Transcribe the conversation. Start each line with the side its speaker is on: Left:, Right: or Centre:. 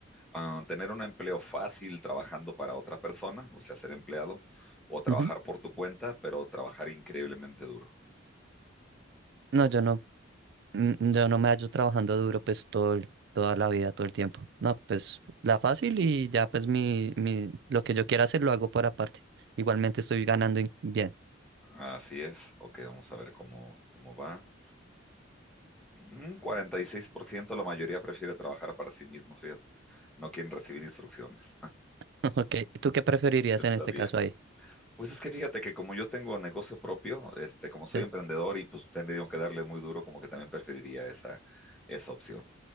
Centre: ah, tener un empleo fácil trabajando para otra persona, o sea, ser empleado, o trabajar
Right: Ujú.
Centre: por tu cuenta, pero trabajar increíblemente duro.
Right: No, yo no. Mm, Yo no me hallo trabajando duro pues todo, el- toda la vida, todo el tiempo. No, pues la fácil y ya pues mi, mi, lo que yo quiera hacer lo hago por aparte. Igualmente estoy ganando in- bien.
Centre: Así es. Ok, vamos a ver cómo, cómo va. Un ciento, la mayoría prefiere trabajar para sí mismo, fíjate. No quieren recibir instrucciones.
Right: <laughs> Ok, ¿tú qué preferirías
Centre: <laughs> Está
Right: en este
Centre: bien.
Right: caso ahí?
Centre: Pues es que fíjate que como yo tengo negocio propio, este, como soy
Right: Sí.
Centre: emprendedor y pues tendría que darle muy duro, como que también preferiría esa, esa opción.